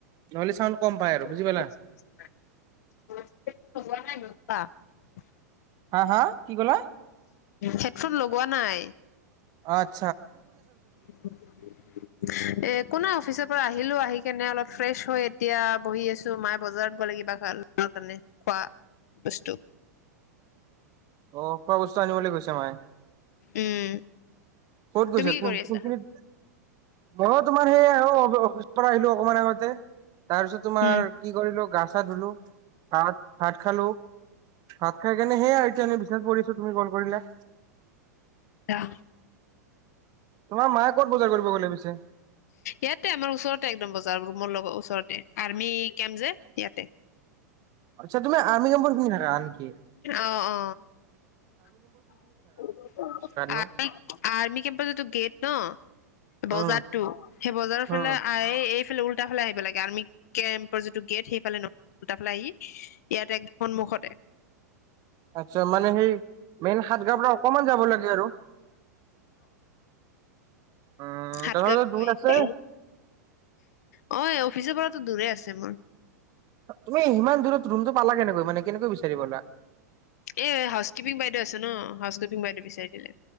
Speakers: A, on the right; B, on the left.
A: নহ'লে চাউণ্ড
B: <unintelligible>
A: কম পাই আৰু বুজি পালা হা হা কি ক'লা
B: হেডফোন লগোৱা নাই।
A: আত
B: একো নাই, অফিচৰ পৰা আহি হিলো আহি কিনে অলপ ফ্ৰেছ হৈ এতিয়া বহি আছো, মায়ে বজাৰত গ'লে কিবা আনিবৰ কাৰণে খোৱা বস্তু।
A: অ' খোৱা বস্তু আনিবলৈ গৈছে মায়ে?
B: উম
A: ক'ত গৈছে
B: তুমি কি
A: কোন
B: কৰি আছা
A: কোন খিনিত, মইয়ো তোমাৰ সেই আৰু অফিচৰ পৰা আহিলো অকমান আগতে। তাৰ পিছত তোমাৰ
B: উম
A: কি কৰিলো, গা চা ধুলো, ভাত ভাত খালো, ভাত খাই কিনে সেয়া এতিয়া এনে বিছনাত পৰি আছো তুমি ক'ল কৰিলে
B: <unintelligible>
A: তোমাৰ মায়ে ক'ত বজাৰ কৰিব গ'লে পিছে?
B: ইয়াতে আমাৰ ওচৰতে একদম বজাৰ ৰুমৰ লগত ওচৰতে আৰ আমি কেম যে, ইয়াতে
A: আচ্ছা তুমি আৰ্মি কেম্পৰ খিনি থাকা নিকি?
B: অ অ <inaudible>
A: নো?
B: আৰ্মি কেম্পৰ যিটো গেট ন! বজাৰটো
A: উম
B: সেই বজাৰৰ ফালে
A: উম
B: আই এইফালে উল্টা ফালে আহিব লাগে, আৰ্মি কেম্পৰ যিটো গেট সেইফালে উল্টা ফালে আহি ইয়াত এক সন্মূখতে
A: আচ মানে সেই মেইন সাতগাঁওৰ পৰা অকমান যাব লাগে আৰু উম,
B: হাত গাঁৱে
A: <unintelligible>
B: কয়
A: দূৰ
B: এইখিনি
A: আছে।
B: অ এই অফিচৰ পৰাতো দূৰে আছে মোৰ
A: তুমি সিমান দূৰত ৰুমটো পালা কেনেকৈ? মানে কেনেকৈ বিচাৰি পালা?
B: এই হাউচ কিপিং বাইদেউ আছে ন, হাউচ কিপিং বাইদেউ বিচাৰি দিলে